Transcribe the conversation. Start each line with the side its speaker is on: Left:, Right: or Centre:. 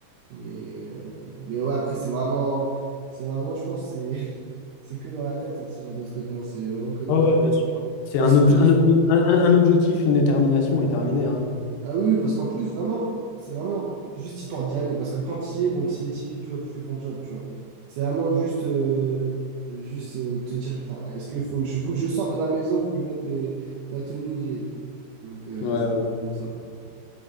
Right: mais, euh, mais ouais, après, c'est vraiment, c'est vraiment, je pense, c'est <laughs> c'est que dans la tête, hein, ce genre de truc, hein, c'est vraiment que dans
Left: Ouais, ouais,
Right: la tête.
Left: bien sûr. C'est
Right: Parce
Left: un,
Right: qu'en
Left: obje- un, obje- un, un- un objectif, une détermination et terminé, hein.
Right: Ah oui, oui, parce qu'en plus, vraiment, c'est vraiment juste histoire d'y aller. Parce que quand tu y es, bon, tu y es, tu es, tu vois, tu fais ton job, tu vois. C'est vraiment juste, euh, juste euh, te dire, putain, est-ce que faut, je- faut que je sorte de ma maison, faut que je mette mes, ma tenue que j'ai, quoi. Donc, euh,
Left: Ouais.
Right: c'est bon, ça.